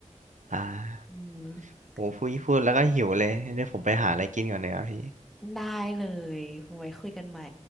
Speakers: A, on the right; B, in the centre.
A: อ่า
B: อืม
A: โหพูดพูดแล้วก็หิวเลยเดี๋ยวผมไปหาอะไรกินก่อนเลยครับพี่
B: ได้เลยไว้คุยกันใหม่